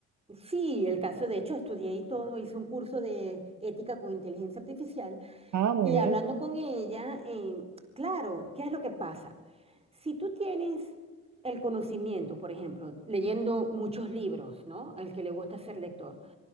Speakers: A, on the right; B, on the right.
A: Sí, el caso, de hecho, estudié y todo, hice un curso de ética con inteligencia artificial
B: Ah, muy
A: y
B: bien,
A: hablando con ella, eh, claro, ¿qué es lo que pasa? Si tú tienes el conocimiento, por ejemplo, leyendo muchos libros, ¿no? El que le gusta ser lector,